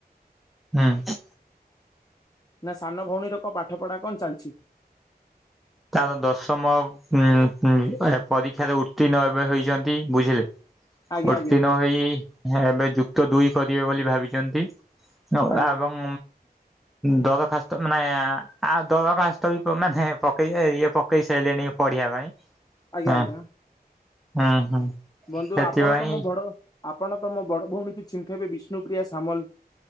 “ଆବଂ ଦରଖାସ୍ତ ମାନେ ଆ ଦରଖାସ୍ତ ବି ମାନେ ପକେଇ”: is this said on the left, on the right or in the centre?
Centre